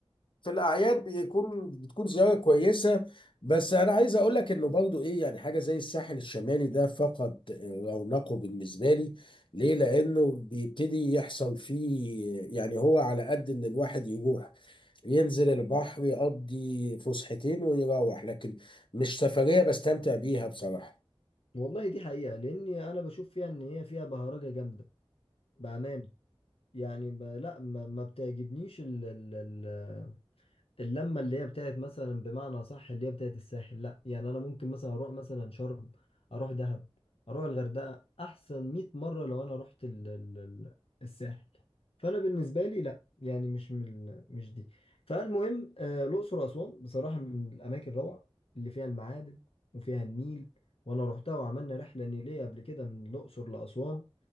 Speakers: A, on the left; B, on the left.
A: في الاعياد بيكون بتكون زياره كويسه بس انا عايز اقول لك انه برضو ايه يعني حاجه زي الساحل الشمالي ده فقد آه، رونقه بالنسبه لي ليه لانه بيبتدي يحصل فيه يعني هو على قد ان الواحد يروح ينزل البحر يقضي فسحتين ويروح لكن مش سفريه بستمتع بيها بصراحه
B: والله دي حقيقة لأني أنا بشوف فيها إن هي فيها بهرجة جامدة بأمانة يعني ب... لا ما, ما بتعجبنيش ال... ال... ال... اللمه اللي هي بتاعت مثلا بمعنى صح اللي هي بتاعت الساحل لا يعني انا ممكن مثلا اروح مثلا شرم اروح دهب اروح الغردقه احسن 100 مره لو انا رحت ال ال ال الساحل فانا بالنسبه لي لا يعني مش من ال- مش دي فالمهم آه، الاقصر واسوان بصراحه من الاماكن الروعه اللي فيها المعابد وفيها النيل وانا رحتها وعملنا رحله نيليه قبل كده من الاقصر لاسوان